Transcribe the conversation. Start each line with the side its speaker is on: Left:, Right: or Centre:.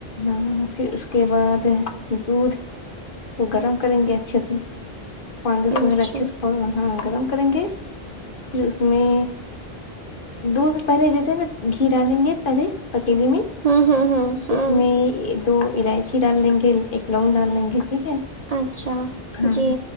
Left: ہاں پھر اس کے بعد دودھ وہ گرم کریں گے اچھے سے پانچ دس منٹ
Right: اچھا
Left: اچھے سے ہاں ہاں گرم کریں گے پھر اس میں دودھ پہلے جیسے نا گھی ڈالیں گے پہلے پتیلی میں
Right: ہوں ہوں ہوں ہوں
Left: اس میں دو الائچی ڈال لیں گے ایک لونگ ڈال لیں گے ٹھیک ہے
Right: اچھا
Left: ہاں
Right: جی